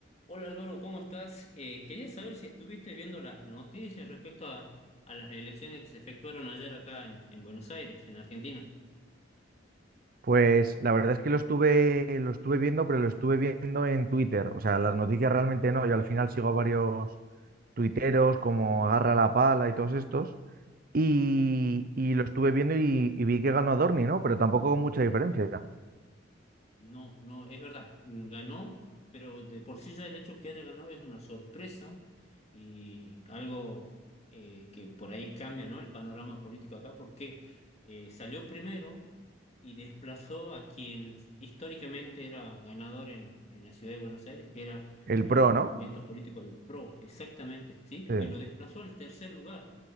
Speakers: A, on the left (about 35°); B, on the right (about 50°).
A: Hola Álvaro, ¿cómo estás? Eh, quería saber si estuviste viendo las noticias respecto a, a las elecciones que se efectuaron ayer acá en, en Buenos Aires, en Argentina.
B: Pues la verdad es que lo estuve, lo estuve viendo, pero lo estuve viendo en Twitter. O sea, las noticias realmente no. Yo al final sigo a varios tuiteros como Agarra la Pala y todos estos. Y,
A: ¿no?
B: y lo estuve viendo y, y vi que ganó Adorni, ¿no? Pero tampoco con mucha diferencia.
A: No, no, es verdad, ganó, pero de por sí ya el hecho que haya ganado es una sorpresa y algo eh, que por ahí cambia, ¿no? El panorama político acá, porque eh, salió primero y desplazó a quien históricamente era ganador en, en la ciudad de Buenos Aires, que era
B: El
A: el
B: pro, ¿no?
A: movimiento político del PRO, exactamente, ¿sí?
B: Sí.
A: Y lo desplazó al tercer lugar.